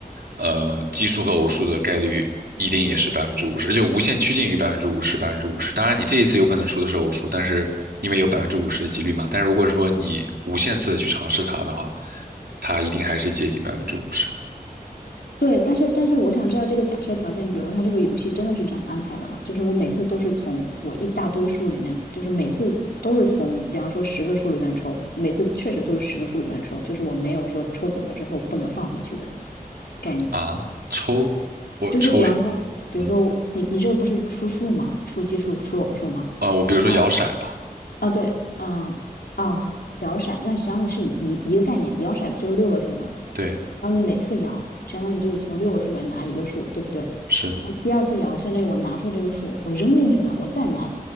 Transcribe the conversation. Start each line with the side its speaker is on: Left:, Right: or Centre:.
Right: 呃，奇数和偶数的概率一定也是百分之五十，而且无限趋近于百分之五十、百分之五十。当然，你这一次有可能出的是偶数，但是因为有百分之五十的几率嘛，但是如果说你无限次的去尝试它的话，它一定还是接近百分之五十的
Left: 对，但是但是我想知道这个假设条件，比如他这个游戏真的是这样安排的吗？就是我每次都是从我一大堆数里面，就是每次都是从，比方说十个数里面抽，每次确实都是十个数里面抽，就是我没有说抽走了之后不能放回去的概念。
Right: 啊。抽，我抽什么？
Left: 就是比方说，比如说你你这个不是出数嘛，
Right: 嗯。
Left: 出奇数、出偶数嘛，
Right: 呃，我比如说摇骰吧，
Left: 那哦，对，嗯，哦，摇骰，那实际上是一一个概念，摇骰不就是六个数吗？
Right: 对，
Left: 然后你每次摇，相当于就是从六个数里面拿一个数，对不对？
Right: 是，
Left: 然后第二次摇，相当于我拿出来这个数，我扔进去了，我再拿，